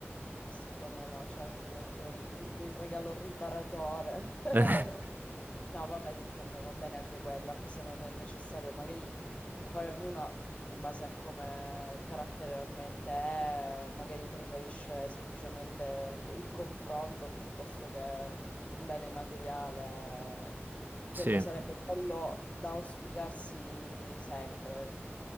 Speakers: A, on the left; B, on the right.
A: Sì, sì, come no, certo che c'è il, il regalo riparatore. <laughs>
B: <laughs> Eh,
A: No, vabbè, che compra, va bene anche quello, anche se non è necessario, magari poi ognuno, in base a come il carattere realmente è, magari preferisce semplicemente co- il confronto piuttosto che un bene materiale. Quello
B: sì,
A: sarebbe quello da auspicarsi sempre,